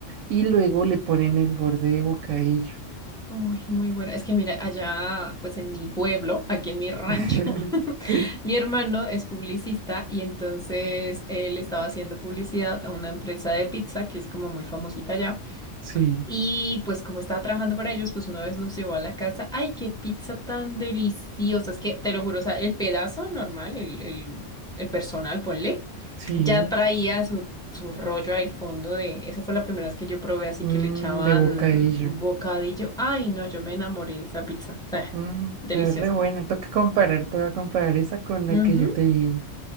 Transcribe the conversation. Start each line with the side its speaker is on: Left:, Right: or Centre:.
Right: y luego le ponen el borde de bocadillo.
Centre: Uy, muy bueno. Es que mira, allá, pues en mi pueblo, aquí en mi rancho,
Right: <laughs>
Centre: <laughs>
Right: Sí,
Centre: mi hermano es publicista y entonces él estaba haciendo publicidad a una empresa de pizza que es como muy famosita allá.
Right: sí,
Centre: Y pues como estaba trabajando para ellos, pues una vez nos llevó a la casa. ¡Ay, qué pizza tan deliciosa! Es que te lo juro, o sea, el pedazo normal, el, el, el personal, ponle,
Right: sí.
Centre: ya traía su, su rollo al fondo de... Esa fue la primera vez que yo probé, así
Right: Mm,
Centre: que le echaban
Right: de bocadillo.
Centre: bocadillo. ¡Ay, no! Yo me enamoré de esa pizza. O sea,
Right: Mm,
Centre: deliciosa.
Right: está re buena. Toca comparar, toca comparar esa con
Centre: Ujú.
Right: la que yo te digo.